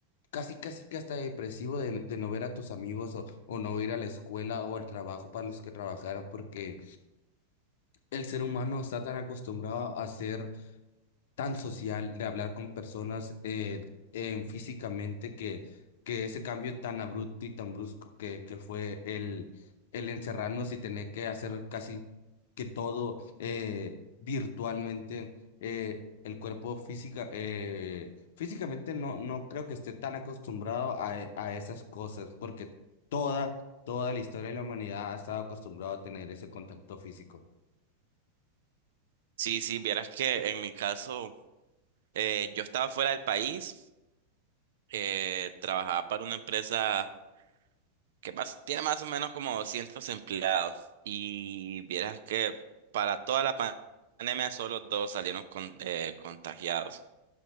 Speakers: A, on the left; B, on the right.
A: Casi, casi que hasta depresivo de, de no ver a tus amigos o, o no ir a la escuela o al trabajo para los que trabajaron, porque el ser humano está tan acostumbrado a ser tan social, de hablar con personas eh, en físicamente, que, que ese cambio tan abrupto y tan brusco que, que fue el, el encerrarnos y tener que hacer casi que todo eh, virtualmente, eh, el cuerpo física, eh, físicamente no, no creo que esté tan acostumbrado a, e- a esas cosas, porque toda, toda la historia de la humanidad ha estado acostumbrado a tener ese contacto físico.
B: Sí, sí, vieras que en mi caso, eh, yo estaba fuera del país, eh, trabajaba para una empresa. que más, tiene más o menos como 200 empleados y vieras que para toda la pan- pandemia solo dos salieron con- eh, contagiados.